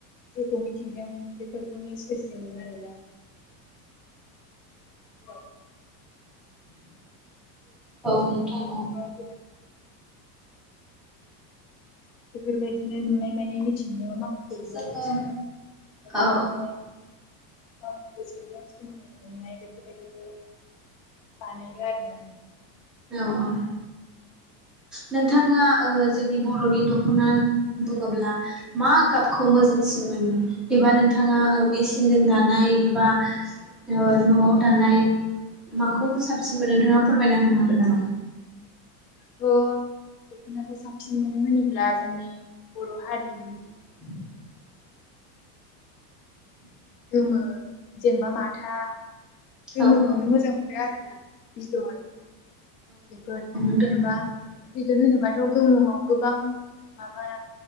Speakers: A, on the left (about 55°); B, in the centre.
A: जेखौ मिथिंगायाव मोनो बेफोरखौनो सोरजियोमोन आरोना औ
B: औ नोंथां
A: <unintelligible>
B: औ
A: बेफोरबायदिनो नुनाय मानि मिथि <unintelligible> माखासे बिराद
B: जोङो
A: बुस्थु <unintelligible>
B: औ
A: <unintelligible> बानायो आरो ना।
B: औ औ नोंथाङा ओ जोंनि बर'नि दख'ना बुङोब्ला मा गाबखौ मोजांसिन मोनो एबा नोंथाङा ओ मेसिनजों दानाय एबा ओ न'आव दानाय माखौ साबसिन मोनो नोंथाङा फोरमायना होनो हागोन? हागोन नामा?
A: -थ' दखनाखौ साबसिन मोनो होनोब्ला जोंनि बर' हारिनि <unintelligible>
B: <unintelligible>
A: गोमो जेनेबा माथ माथा गोमोखौनो
B: औ औ
A: मोजां मोनो आरोना बिदन बेफोर
B: ओह
A: बिदनो होनोबाथ' गोमोआव गोबां माबा